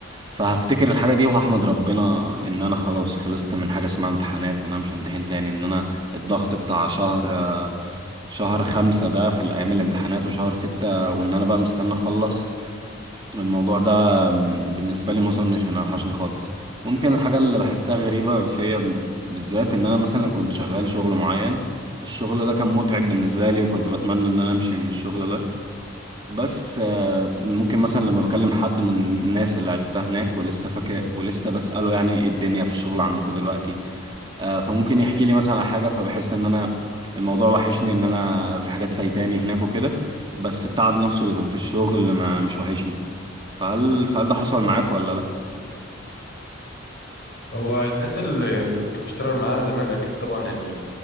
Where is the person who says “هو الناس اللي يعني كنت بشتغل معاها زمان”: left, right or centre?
Left